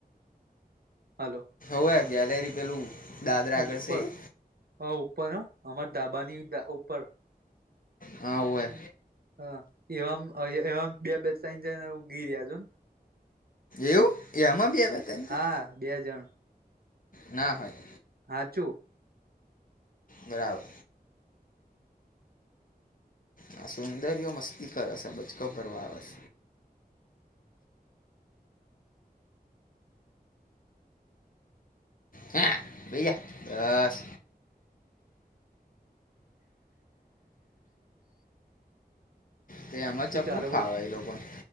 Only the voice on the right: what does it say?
હલો.
ઉપર,
હા ઉપર હ, અમાર ધાબાની ઉપર.
હા, એવામ-એવામ બે-બે તઈન જના ઊંઘી રહ્યા જો ને.
હા બે જણ.
હાચું.
શું
ચાલે
બોલ